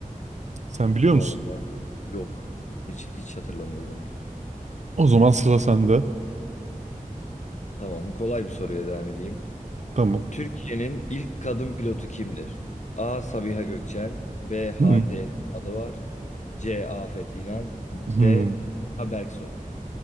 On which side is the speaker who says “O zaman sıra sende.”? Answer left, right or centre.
Right